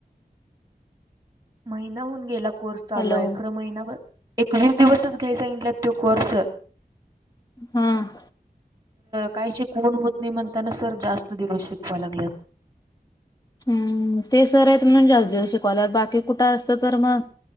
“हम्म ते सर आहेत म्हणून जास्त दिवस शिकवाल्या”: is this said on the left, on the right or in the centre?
Left